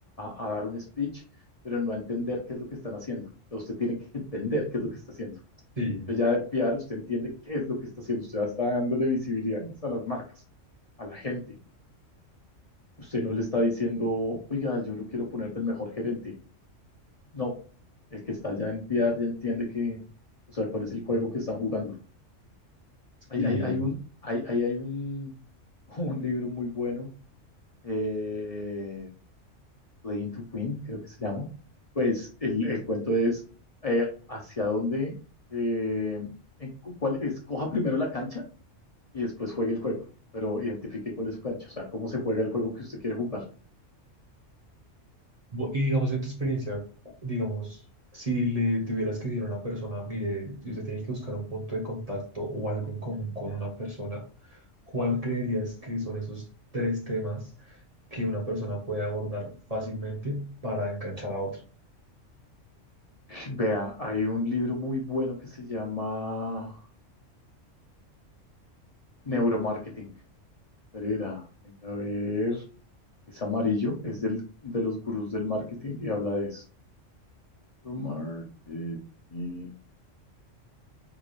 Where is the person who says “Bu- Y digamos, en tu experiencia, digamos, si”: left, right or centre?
Right